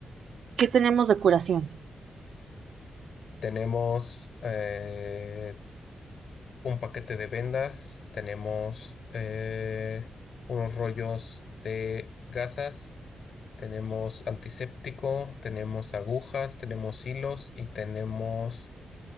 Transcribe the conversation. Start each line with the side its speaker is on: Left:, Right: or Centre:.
Right: ¿qué tenemos de curación?
Left: Tenemos, eh, un paquete de vendas, tenemos eh, unos rollos de gasas, tenemos antiséptico, tenemos agujas, tenemos hilos y tenemos